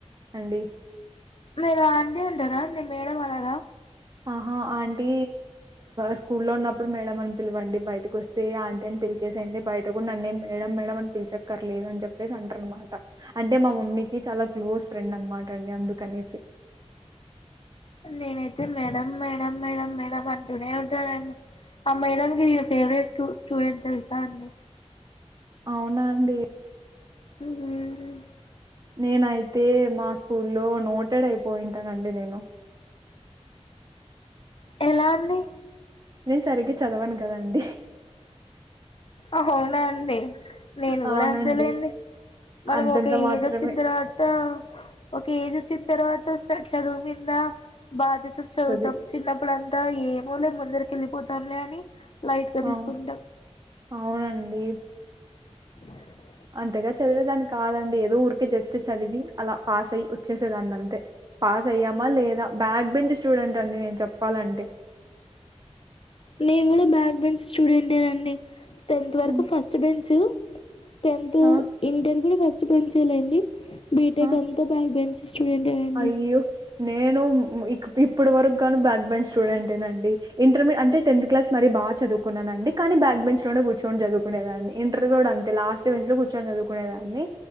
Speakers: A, on the right; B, on the left.
A: అండి
B: మీరు అంటారా మేడం అనరా
A: ఆహా! ఆంటీ స్కూల్లో ఉన్నప్పుడు మేడం అని పిలవండి, బయటకొస్తే ఆంటీ అని పిలవండి. టీచర్స్ అయితే బయట కూడా నన్నేం మేడం మేడం అని పిలిచక్కర్లేదు అని చెప్పేసి అంటారు అన్నమాట. అంటే మా మమ్మీకి చాలా క్లోజ్ ఫ్రెండ్ అన్నమాట అండి అందుకనేసి.
B: నేనైతే మేడం మేడం మేడం మేడం అంటూనే ఉంటానండి ఆ మేడానికి నేనే ఫేవరెట్ స్టూడెంట్ తెలుసా అండి.
A: అవునా అండి
B: మ్
A: నేనైతే మా స్కూల్లో నోటెడ్ అయిపోయుంటానండి నేను.
B: ఎలా అండి?
A: నేను సరిగ్గా చదవను కదండి.
B: అవునా అండి, నేను
A: అవునండి.
B: కూడా అంతేలేండి. మనం
A: అంతంత
B: ఒక
A: మాత్రమే
B: ఏజ్ వచ్చిన తర్వాత ఒక ఏజ్ వచ్చిన తర్వాత చదువు మీద బాధ్యత తో చదువుతాం
A: వస్తది.
B: చిన్నప్పుడుంతా ఏం మామూలే ముందరికి వెళ్ళిపోతాంలే అని లైట్ గా
A: అవు
B: తీసుకుంటాం
A: అవునండి
B: అ <inaudible>
A: అంతగా చదివేదాన్ని కాదండి ఏదో ఊరికే జస్ట్ చదివి అలా పాస్ అయి వచ్చేసేదాన్ని అంతే. పాస్ అయ్యామా లేదా బ్యాక్ బెంచ్ స్టూడెంట్ అండి నేను చెప్పాలంటే.
B: నేను కూడా బ్యాక్ బెంచ్ స్టుడెంటేనండి టెన్త్ వరకు
A: హ్మ్.
B: ఫస్ట్ బెంచ్ టెన్త్
A: ఆ
B: ఇంటర్ కూడా ఫస్ట్ బెంచ్ ఎ లేండి బీటెక్
A: ఆ
B: అంతా బ్యాక్ బెంచ్ స్టూడెంటేనండి
A: అయ్యో నేను ఇ ఇప్పుడు వరకు గాను బ్యాక్ బెంచ్ స్టూడెంటేనండి ఇంటర్మీడి అంటే టెన్త్ క్లాస్ మరీ బా చదువుకున్నానండి కానీ బ్యాక్ బెంచ్ లో కూర్ కూర్చొని చదువుకునే దాన్ని ఇంటర్ కూడా అంతే లాస్ట్ బెంచ్ లో కూర్చొని చదువుకునేదాన్ని.